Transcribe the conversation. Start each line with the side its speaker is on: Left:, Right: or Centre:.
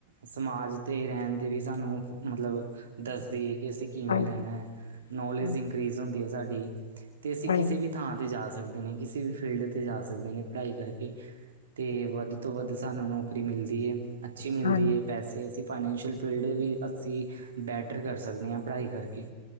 Right: ਸਮਾਜ ਤੇ ਰੈਨ ਦੇ ਵੀ ਸਾਨੂੰ ਮਤਲਬ ਦੱਸਦੀ ਏ ਕਿ ਅਸੀਂ ਕਿਵੇਂ
Left: ਹਾਂਜੀ
Right: ਰੈਣਾ ਐ, ਨੌਲੇਜ
Left: ਹਾਂਜੀ
Right: ਇੰਕਰੀਜ਼ ਹੁੰਦੀ ਐ ਸਾਡੀ। ਤੇ ਅਸੀਂ
Left: ਹਾਂਜੀ
Right: ਕਿਸੇ ਵੀ ਥਾਂ 'ਤੇ ਜਾ ਸਕਦੇ ਨੇ, ਕਿਸੇ ਵੀ ਫੀਲਡ 'ਤੇ ਜਾ ਸਕਦੇ ਨੇ ਪੜ੍ਹਾਈ ਕਰਕੇ। ਤੇ ਵੱਧ ਤੋਂ ਵੱਧ ਸਾਨੂੰ ਨੌਕਰੀ ਮਿਲਦੀ ਏ, ਅੱਛੀ ਮਿਲਦੀ
Left: ਹਾਂਜੀ
Right: ਏ, ਪੈਸੇ ਅਸੀਂ ਫਾਈਨੈਂਸ਼ੀਅਲ ਫੀਲਡ ਵੀ ਅਸੀਂ ਬੈਟਰ ਕਰ ਸਕਨੇ ਆਂ ਪੜ੍ਹਾਈ ਕਰਕੇ।